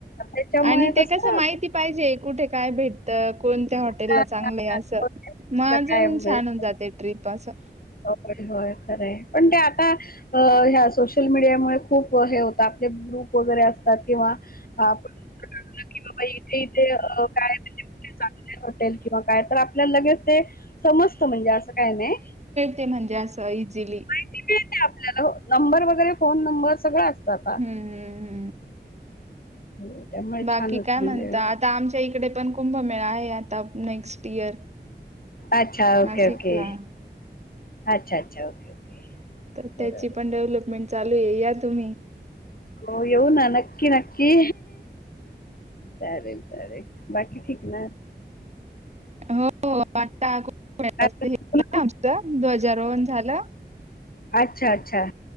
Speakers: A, on the left (about 55°); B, on the right (about 40°).
A: त्याच्यामुळे
B: आणि ते कसं
A: ना,
B: माहिती पाहिजे कुठे काय भेट- -त. कोणत्या हॉटेलला
A: हा, हा,
B: चांगलं आहे
A: हा.
B: असं?
A: हो, त्याला
B: मग अजून
A: काय
B: छान होवून जाते ट्रिप असं.
A: होय होय खरे आहे पण ते आता अ ह्या सोशल मीडियामुळे खूप हे होत आपले ग्रुप वगैरे असतात किंवा आपण टाकलं कि बाबा इथे इथे काय म्हणजे चांगले होटेल किंवा काय तर आपल्याला लगेच ते समजत म्हणजे असं काय नाही
B: ते म्हणजे असं इझिली
A: ते मिळते आपल्याला नंबर वगैरे फोन नंबर सगळं असत आता
B: हम् हम हम
A: हो त्यामुळे
B: बाकी
A: छानच
B: काय
A: म्हणजे
B: म्हणत आता आमच्या इकडे पण कुंभमेळा आहे यात नेक्स्ट इयर
A: अच्छा ओके
B: नाशिकला
A: ओके अच्छा अच्छा ओके ओके
B: तर
A: बरोबर
B: त्याची पण डेव्हलपमेंट चालू आहे या तुम्ही
A: हो येऊ ना नक्की नक्की चालेल चालेल बाकी ठीक ना
B: हो आता आमच
A: अच्छा
B: ध्वजारोहण झालं.
A: अच्छा अच्छा